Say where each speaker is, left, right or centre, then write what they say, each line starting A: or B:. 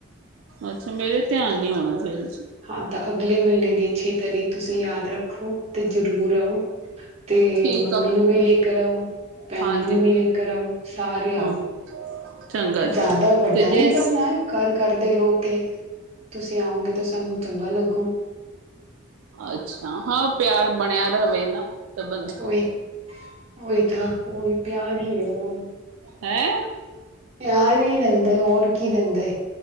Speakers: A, on the right; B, on the right.
A: ਅੱਛਾ ਮੇਰੇ ਧਿਆਨ ਨੀ ਆਉਣਾ ਫੇਰ।
B: ਹਾਂ ਤਾਂ ਅਗਲੇ ਮਹੀਨੇ ਦੀ ਛੇ ਤਾਰੀਕ, ਤੁਸੀਂ ਯਾਦ ਰੱਖੋ। ਤੇ ਜ਼ਰੂਰ ਆਓ। ਤੇ
A: ਠੀਕ
B: ਮੰਮੀ
A: ਆ
B: ਨੂੰ ਵੀ ਲੇ ਕਰ ਆਓ, ਭੈਣਾਂ
A: ਹਾਂਜੀ
B: ਨੂੰ ਵੀ ਲੇ ਕਰ ਆਓ, ਸਾਰੇ ਆਓ।
A: ਹਾਂ ਚੰਗਾ ਜੀ
B: ਦਾਦਾ ਵੱਡਾ
A: ਤੇ ਜੇ
B: ਨੀ ਕਰਨਾ ਐ। ਘਰ-ਘਰ ਦੇ ਲੋਕ ਏ, ਤੁਸੀਂ ਆਓਗੇ ਤਾਂ ਸਾਨੂੰ ਚੰਗਾ ਲੱਗੂ।
A: ਅੱਛਾ, ਹਾਂ ਪਿਆਰ ਬਣਿਆ ਰਵੇ ਨਾ, ਤਾਂ ਬੰਦਾ
B: ਉਹੀ-ਉਹੀ ਤਾਂ ਉਹੀ ਪਿਆਰ ਈ ਐ ਹੁਣ।
A: ਹੈਂ।
B: ਪਿਆਰ ਹੀ ਰਹਿੰਦਾ, ਹੋਰ ਕੀ ਰਹਿੰਦਾ।